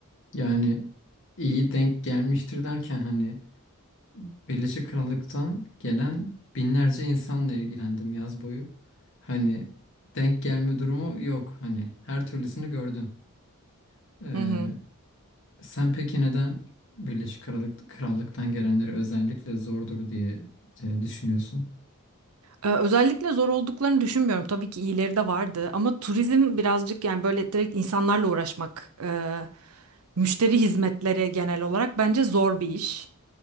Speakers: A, on the left; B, on the right.
A: Yani iyi denk gelmiştir derken hani Birleşik Krallık'tan gelen binlerce insanla ilgilendim yaz boyu. Hani denk gelme durumu yok. Hani her türlüsünü gördüm. Ee,
B: Hı hı.
A: sen peki neden Birleşik Krallık, Krallık'tan gelenleri özellikle zordur diye e, düşünüyorsun?
B: Ee, Özellikle zor olduklarını düşünmüyorum. Tabii ki iyileri de vardı ama turizm birazcık yani böyle direkt insanlarla uğraşmak, e, müşteri hizmetleri genel olarak bence zor bir iş